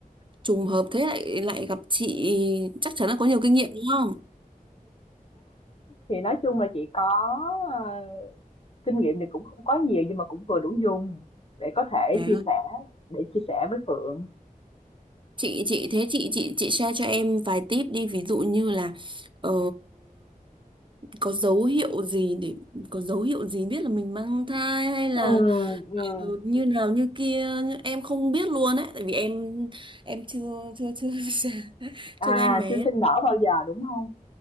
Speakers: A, on the right (about 35°); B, on the left (about 40°).
A: trùng hợp thế lại lại gặp chị chắc chắn là có nhiều kinh nghiệm đúng không
B: thì nói chung là chị có ờ, Kinh nghiệm thì cũng không quá nhiều nhưng mà cũng vừa đủ dùng để có thể
A: à,
B: chia sẻ để chia sẻ với Phượng.
A: chị chị thế chị chị chị share cho em vài tip đi ví dụ như là ờ, có dấu hiệu gì để có dấu hiệu gì biết là mình mang thai hay là
B: Ừ, ừ.
A: Ừ, như nào như kia em không biết luôn ấy tại vì em em chưa chưa chưa <laughs>
B: À,
A: chưa có em bé
B: chưa sinh nở bao giờ đúng không?